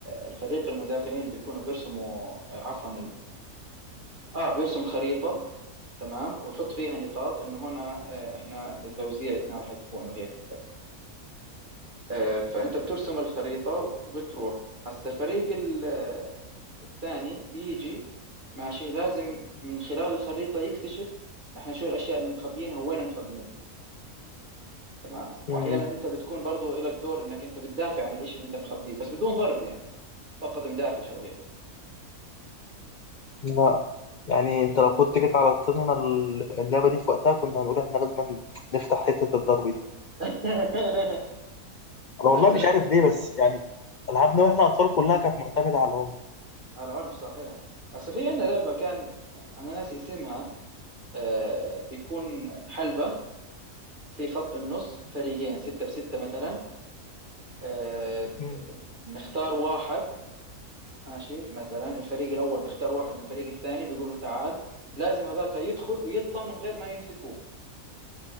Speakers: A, on the right; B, on the left.
A: الفريق المدافعين بيكونوا بيرسموا آه، عفوا اه بيرسم خريطة تمام ويحط فيها نقاط انه هنا آه، احنا توزيعتنا راح تكون وهيك آه، فانت بترسم الخريطة وبتروح هسا الفريق ال- آه، الثاني بيجي ماشي لازم من خلال الخريطة يكتشف احنا شو الاشياء اللي مخبيينها وين مخبيينها تمام
B: مم.
A: واحيانا انت بتكون برضو لك دور انك انت بتدافع عن الاشي اللي انت مخبيه بس بدون ضرب يعني فقط مدافع او هيك
B: لا يعني انت لو كنت جيت على طولنا اللعبة دي في وقتها كنا هنقول احنا لازم نفتح حتة الضرب دي
A: <laughs>
B: انا والله
A: هسا
B: مش
A: لا
B: عارف ليه بس يعني العابنا واحنا اطفال كلها كانت معتمدة على الام
A: على العنف صحيح هسا في عندنا لعبة كان انا ناسي اسمها آه، بيكون حلبة في خط بالنص فريقين ستة بستة مثلا آه، ب-
B: مم.
A: ب- بنختار واحد ماشي مثلا الفريق الأول بيختار واحد من الفريق الثاني بيقول له تعال لازم هذاك يدخل ويطلع من غير ما يمسكوه